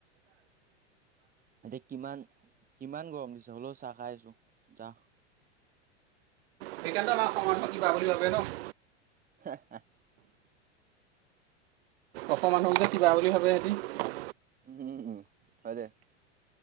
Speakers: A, on the right; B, on the right.
A: এতিয়া কিমান-কিমান গৰম দিছে, হ'লেও চাহ খাই আছো। যাহ
B: সেইকাৰণেতো আমাৰ অসমক কিবা বুলি ভাবে ন?
A: হে, হা
B: অসমৰ মানুহক যে কিবা বুলি ভাবে সিহঁতি।
A: উম, হয় দে।